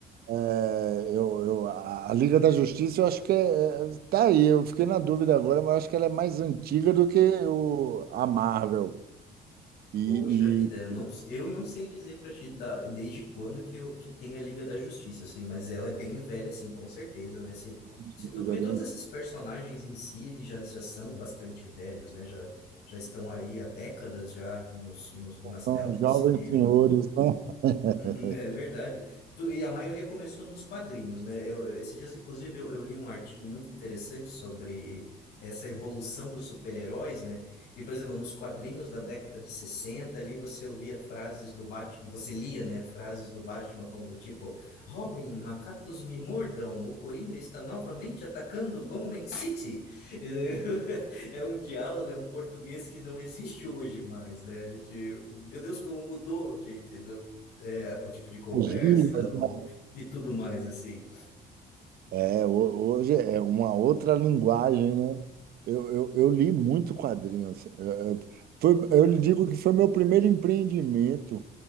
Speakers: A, on the right (about 65°); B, on the left (about 75°).
A: eh, eu, eu- a a Liga da Justiça, eu acho que é, é- tá aí. Eu fiquei na dúvida agora, mas eu acho que ela é mais antiga do que o, a Marvel. E,
B: Poxa vida, eu não,
A: e
B: eu não sei dizer pra ti da- desde quando que, eu, que tem a Liga da Justiça, assim, mas ela é bem velha, assim, com certeza, né? Se,
A: antiga,
B: se, tu- porque todos
A: né?
B: esses personagens em si, eles já, já são bastante velhos, né? Já, já estão aí há décadas já nos, nos, nas
A: São
B: telas do
A: jovens
B: cinema.
A: senhores, né? <laughs>
B: Uhum, É verdade. Tu- E a maioria começou nos quadrinhos, né? Eu, eu- esses dias, inclusive, eu, eu li um artigo muito interessante sobre essa evolução dos super-heróis, né? E, por exemplo, nos quadrinhos da década de 60 ali você ouvia frases do Batman, você lia, né, frases do Batman como do tipo, Robin, macacos me mordam, o Coringa está novamente atacando Gotham City. E daí, <laughs> É um diálogo, é um português que não existe hoje mais, né? A gente, meu Deus, como mudou, gente é, o tipo de conversa
A: Gírias,
B: o,
A: né?
B: e tudo mais, assim.
A: É, ho- hoje é uma outra linguagem, né? Eu, eu, eu li muito quadrinhos. É, é, Foi, eu lhe digo que foi meu primeiro empreendimento,